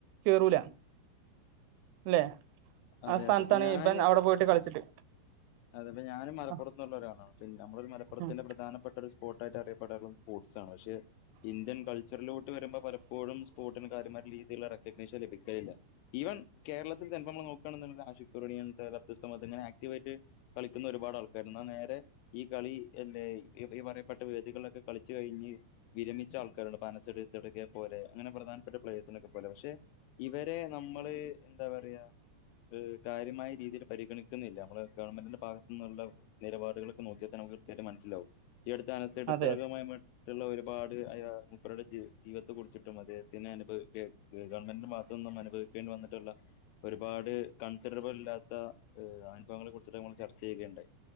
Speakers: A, on the right; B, on the left.
A: കേറൂലാണ് അല്ലെ
B: അതെ
A: ആ സ്ഥാനത്താണ്
B: അതെ ഇപ്പൊ ഞാന്
A: ഇബൻ അവിടെ പോയിട്ട് കളിച്ചിട്ട്
B: അതെപ്പ ഞാനും മലപ്പുറത്തുള്ള
A: ആ,
B: ഒരാളണ്നമ്മളൊരു മലപ്പുറത്തിന്റെ
A: ഉം
B: പ്രധാനപ്പെട്ട ഒരു സ്പോട്ടായിട്ട് അറിയപ്പൊടാനു സ്പോർട്സണ് പക്ഷെ ഇന്ത്യൻ കൾച്ചറിലോട്ട് വരുമ്പോ പലപ്പോഴും സ്പോർട്ടിന് കാര്യമാരു രീതിയിലുള്ള റെക്കഗ്നീഷൻ ലഭിക്കല്ല ഇവൻ കേരളത്തിൽ ചിലപ്പോ നമ്മൾ നോ ആഷി സുക്കൂർസ അബ്ദുസ്സമദ് ഇങ്ങനെ ആക്ടിവ് ആയിട്ട് കളിക്കുന്ന ഒരുപാട് ആൾക്കാരർ എന്നാ നേരെ ഈ കളില്ല ഈ പറയപ്പെട്ട വേദികളിലൊക്കെ കളിച്ചു കഴിഞ്ഞ് വിരമിച്ച ആൾക്കാരുണ്ട് പനസെടുടക്ക പോലെ അങ്ങനെ പ്രധാനപ്പെട്ട പ്ലെയേഴ്സിനൊക്കെ പോലെ പക്ഷെ ഇവരെ നമ്മള് എന്താ പറയാ ഇത്കാര്യമായ രീതിയിൽ പരിഗണിക്കുന്നില്ല നമ്മള് ഗവൺമെന്റന്റെ ഭാഗത്തു നിന്നുള്ള നിലപാടുകളൊക്കെ നോക്കിയാൽ നമുക്ക് കൃത്യായിട്ടം മനസ്സിലാവും ഈ അടുത്ത് അനസെടുത്തകമായിട്ടുള്ള
A: അതെ അതെ
B: ഒരു ഒരുപാട് അ മുപ്പരുടെ ജീവിത്തെ കുറിച്ചിട്ടും അദ്ദേഹത്തിന് അനുഭവ ഗവൺമെന്റിന്റെ ഭാഗത്തു നിന്നും അനുഭവിക്കേണ്ടി വന്നിട്ടുള്ള ഒരുപാട് കണ് അച്ചരിടപ്പ ഇലാത്തഅനുഭവങ്ങളെ കുറിച്ചിട്ട് നമ്മൾ ചർച്ച ചെയ്യുകയുണ്ടായി